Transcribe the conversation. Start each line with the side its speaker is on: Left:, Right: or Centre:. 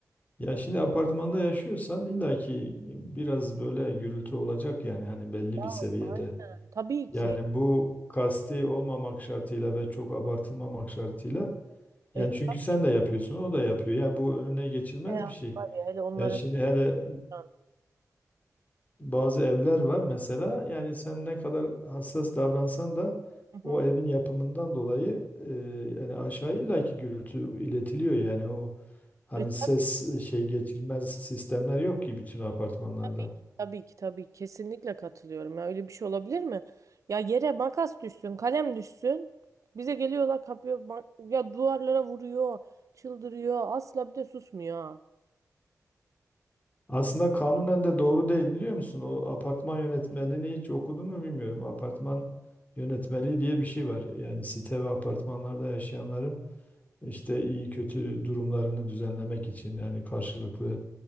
Left: Ya şimdi apartmanda yaşıyorsan illaki biraz böyle gürültü olacak yani hani belli
Right: Ya
Left: bir seviyede.
Right: aynen. Tabii
Left: Yani
Right: ki.
Left: bu kasti olmamak şartıyla ve çok abartılmamak şartıyla. Yani
Right: E
Left: çünkü
Right: tabii.
Left: sen de yapıyorsun, o da yapıyor. Ya bu önüne geçilmez
Right: Ne ya,
Left: bir şey.
Right: var ya hele onlara
Left: Yani şimdi hele
Right: soran.
Left: bazı evler var mesela yani sen ne kadar hassas davransan da
Right: Hı
Left: o
Right: hı.
Left: evin yapımından dolayı e, yani aşağı illaki gürültü iletiliyor yani o Hani
Right: E tabii
Left: ses
Right: ki.
Left: e, şey geçirmez sistemler yok ki bütün apartmanlarda.
Right: Tabii ki. Tabii ki tabii ki. kesinlikle katılıyorum ya öyle bir şey olabilir mi? Ya yere makas düşsün, kalem düşsün. Bize geliyorlar kapıyor ma- ya duvarlara vuruyor, çıldırıyor. Asla bir de susmuyor. ha.
Left: Aslında kanunen de doğru değil biliyor musun? O apartman yönetmeliğini hiç okudun mu bilmiyorum. Apartman yönetmeliği diye bir şey var. Yani site ve apartmanlarda yaşayanların işte iyi kötü durumlarını düzenlemek için yani karşılıklı